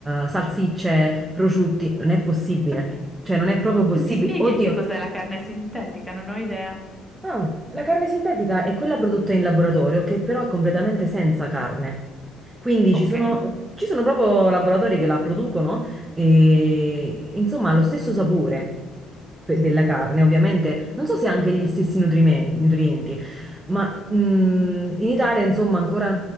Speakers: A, on the right (about 20°); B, in the centre.
A: salsicce, prosciutti, non è
B: <laughs>
A: possibile. Cioè non è proprio possibile.
B: Mi spieghi
A: Oddio,
B: che cos'è la carne sintetica? Non ho idea.
A: Ah, la carne sintetica è quella prodotta in laboratorio che però è completamente senza carne. Quindi
B: Ok.
A: ci sono, ci sono proprio laboratori che la producono e insomma ha lo stesso sapore pe- della carne, ovviamente. Non so se ha anche gli stessi nutrimen- nutrienti, ma mm, in Italia insomma ancora